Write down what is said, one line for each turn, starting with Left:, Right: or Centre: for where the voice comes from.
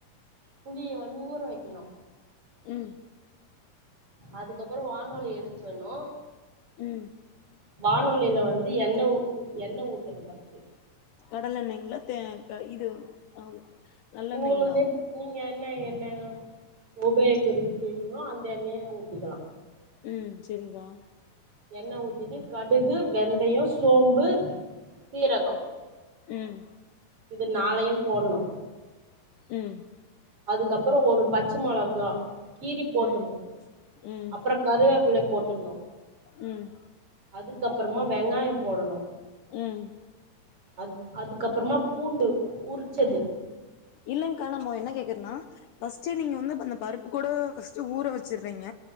Right: புளிய வந்து ஊற வக்கணு
Left: ம்
Right: அதுகப்பறோ வானொளிய எடுத்துக்கணு
Left: ம்
Right: வானொலியில வந்து எண்ணெ ஊ எண்ணெ ஊத்தணு ஃபஸ்ட்டு
Left: கடல எண்ணெய்ங்களா தே இது ஆ நல்லெண்ணங்களா
Right: உங்களுக்கு விரு நீங்க என்ன எண்ணெ உபயோகரிக்கிங்களோ அந்த எண்ணய ஊத்திகலா
Left: ம் செரிக்கா
Right: எண்ணெ ஊத்திட்டு கடுகு வெந்தய சோம்பு சீரகம்
Left: ம்
Right: இது நாளையு போட்ணு
Left: ம்
Right: அதுக்கப்பறோ ஒரு பச்ச மொளகா கீறி போட்டுர்ணு
Left: ம் ம்
Right: அப்பற கருவேப்பில போட்டணு
Left: ம்
Right: அதுக்கப்பறமா வெங்காய போடணு
Left: ம்
Right: அது அதுக்கப்பறமா பூண்டு உருச்சது
Left: இல்லங்கா நம்மா என்ன கேக்குறனா பஸ்ட்டு நீங்க வந்து ப அந்த பருப்பு கூட ஃபஸ்ட்டு ஊர வச்சுறீங்க